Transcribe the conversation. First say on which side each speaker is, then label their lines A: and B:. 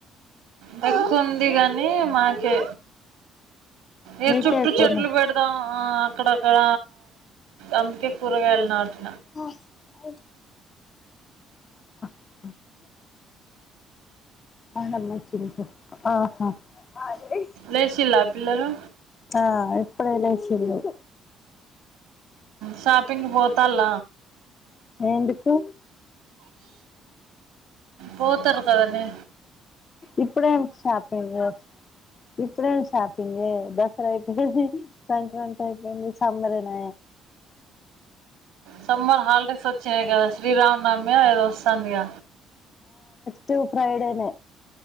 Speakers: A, on the right; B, on the left.
A: తక్కువ ఉంది గానీ <unintelligible> మాకే ఏ
B: మీకే
A: చుట్టూ
B: ఎక్కువున్నది
A: చెట్లు పెడదాం ఆ అక్కడక్కడ అందుకే కూరగాయలు నాటు
B: ఆహ <unintelligible> అల్లం మంచిది తిం ఆహా దిస్
A: లేసిల్లా పిల్లలు
B: ఆ ఇప్పుడెనా ఇచ్చిల్లు
A: షాపింగ్ పోతాల్ల
B: ఎందుకు
A: పోతరు కదనే
B: ఇప్పుడేం షాపింగ్ ఇప్పుడేం షాపింగ్ ఏ దసరా అయిపోదిహ్ సంక్రాంతి అయిపో మొన్న సంబర న
A: సమ్మర్ హాలిడేస్ వచ్చాయి కదా శ్రీరామనమి ఏదో వస్తాంది ఇగ
B: టూ ఫ్రై డేనె